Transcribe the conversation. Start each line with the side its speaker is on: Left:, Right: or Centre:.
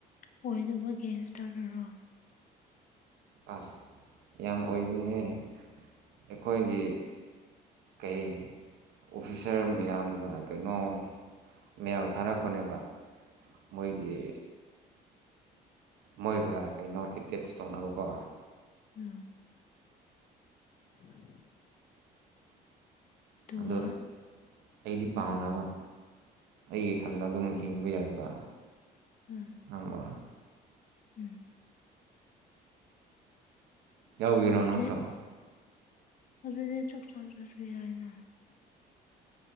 Left: ꯑꯣꯏꯗꯕ ꯒꯦꯡꯁꯇꯔꯅꯔꯣ
Right: ꯑꯁ ꯌꯥꯝ ꯑꯣꯏꯕꯅꯤꯍꯦ ꯑꯩꯈꯣꯏꯒꯤ ꯀꯩ ꯑꯣꯐꯤꯁꯔ ꯃꯌꯥꯝꯅ ꯀꯩꯅꯣ ꯃꯦꯜ ꯊꯥꯔꯛꯄꯅꯦꯕ ꯃꯣꯏꯒꯤ ꯃꯣꯏꯒ ꯀꯩꯅꯣ ꯑꯦꯇꯦꯠꯁ ꯇꯧꯅꯕꯀꯣ
Left: <unintelligible> <inaudible> ꯑꯗꯨꯒ
Right: ꯑꯟꯗꯣ ꯑꯩꯗꯤ ꯄꯥꯝꯅꯕ ꯑꯩ ꯏꯊꯟꯗ ꯑꯗꯨꯝ ꯍꯤꯡꯕ ꯌꯥꯏꯕ
Left: ꯎꯝ
Right: ꯉꯪꯕ꯭ꯔꯥ
Left: ꯎꯝ
Right: ꯌꯥꯎꯒꯦꯔꯣ
Left: ꯑꯗꯨꯗꯤ
Right: ꯅꯪꯁꯨ
Left: ꯑꯗꯨꯗꯤ ꯆꯥꯛ ꯆꯥꯗ꯭ꯔꯁꯨ ꯌꯥꯏꯅ